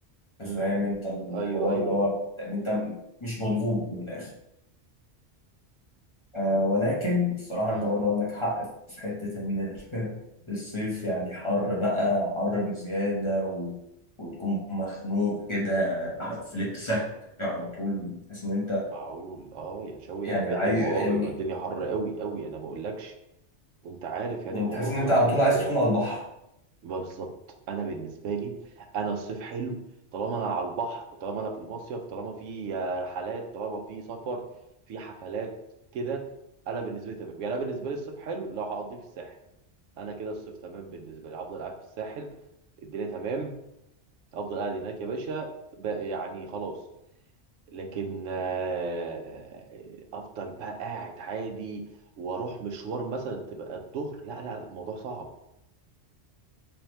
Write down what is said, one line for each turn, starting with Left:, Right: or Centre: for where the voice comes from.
Right: امم
Left: فاهم انت الحوار
Right: ايوه ايوه
Left: اللي هو
Right: اه
Left: يعني انت مش مضغوط من الاخر آه، ولكن الصراحة
Right: امم
Left: أنت برضه عندك حق في حتة إن ال- <laughs> الصيف يعني حر بقى حر بزيادة و... وتكون مخنوق كده آه، في لبسك على طول تحس إن أنت
Right: مش معقول اه يا شوي
Left: يعني
Right: انا بجد
Left: عايز
Right: الموضوع
Left: يعني
Right: بيبقى الدنيا حر قوي قوي انا ما اقولكش وانت عارف يعني
Left: يعني
Right: الموضوع
Left: تحس
Right: بيبقى
Left: إن أنت على
Right: عامل
Left: طول
Right: ازاي
Left: عايز تكون على البحر
Right: ما بالظبط انا بالنسبه لي انا الصيف حلو طالما انا على البحر وطالما انا في المصيف طالما في آه، رحلات طالما في سفر في حفلات كده انا بالنسبه لي تمام يعني انا بالنسبه لي الصيف حلو لو هقضيه في الساحل انا كده الصيف تمام بالنسبه لي هفضل قاعد في الساحل الدنيا تمام افضل قاعد هناك يا باشا بقى يعني خلاص لكن آه، افضل بقى قاعد عادي واروح مشوار مثلا تبقى الظهر لا لا لا الموضوع صعب